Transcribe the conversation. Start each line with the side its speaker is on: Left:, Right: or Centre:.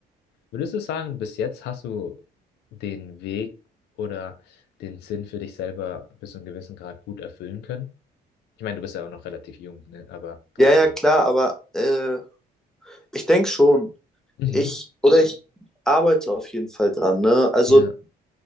Left: Würdest du sagen, bis jetzt hast du den Weg oder den Sinn für dich selber bis zu einem gewissen Grad gut erfüllen können? Ich meine, du bist ja auch noch relativ jung, ne? Aber trotzdem.
Centre: Ja, ja, klar, aber äh, ich denke schon.
Left: Mhm.
Centre: Ich oder ich arbeite auf jeden Fall dran, ne? Also
Left: Ja.